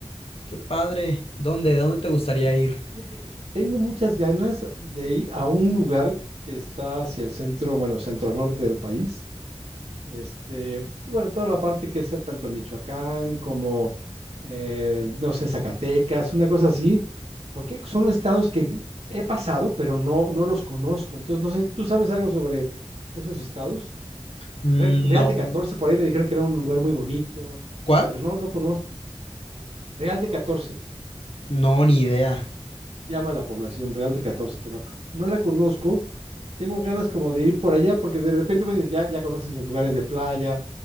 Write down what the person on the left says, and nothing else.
Qué padre. ¿Dónde? ¿Dónde te gustaría ir?
Mm,
No,
¿Cuál?
no, ni idea.